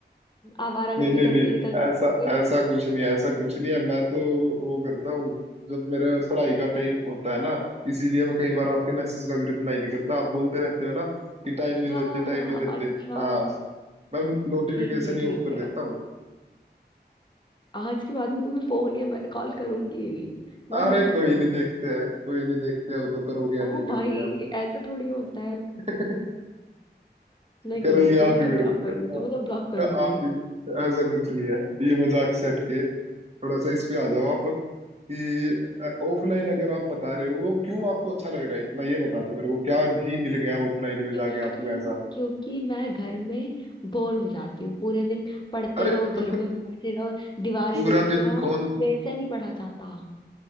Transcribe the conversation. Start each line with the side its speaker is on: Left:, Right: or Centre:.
Left: आवारागर्दी
Right: नहीं नहीं
Left: करने
Right: नहीं
Left: निकल जाते
Right: ऐसा
Left: हैं
Right: ऐसा कुछ नहीं है ऐसा कुछ नहीं है मैं तो वो करता हूँ जब मेरे पढ़ाई का टाइम होता है ना इसीलिए मैं कई बार आपके मैसेज का भी रिप्लाई नहीं करता आप बोलते रहते हो ना कि
Left: अच्छा
Right: टाइम नहीं देते टाइम नहीं देते
Left: अच्छा
Right: हाँ मैं नोटिफिकेशन
Left: ठीक है
Right: ही ऑफ
Left: ठीक
Right: कर
Left: है
Right: देता हूँ
Left: आज के बाद में तुम्हें फोन या कॉल करूंगी ही नहीं ना
Right: अरे
Left: मैसेज
Right: कोई
Left: करूंगी
Right: नहीं देखते हैं कोई नहीं देखते हैं वो तो करोगे या
Left: ओ
Right: नहीं
Left: भाई
Right: करोगे आप
Left: ऐसा थोड़ी होता है
Right: <laughs>
Left: नहीं
Right: करोगे
Left: करूंगी तुम्हें
Right: आप
Left: तो
Right: ही करोगे
Left: ब्लॉक करूंगी
Right: हाँ,
Left: तुम्हें तो ब्लॉक करूंगी
Right: आप ही ऐसा कुछ नहीं है ये मजाक से हटके थोड़ा सा इस पे आ जाओ आप कि ऑफलाइन अगर आप बता रहे हो वो क्यों आपको अच्छा लग रहा है इतना ये बता दो मेरे को क्या ही मिल गया ऑफलाइन में
Left: क्योंकि
Right: जाके आपको ऐसा
Left: क्योंकि मैं घर में बोर हो जाती हूँ पूरे दिन पढ़ते
Right: अरे
Left: रहो घर
Right: तो फिर
Left: में बैठे रहो दीवारें
Right: पूरा
Left: देखते
Right: दिन
Left: रहो
Right: कौन
Left: मेरे से नहीं पढ़ा जाता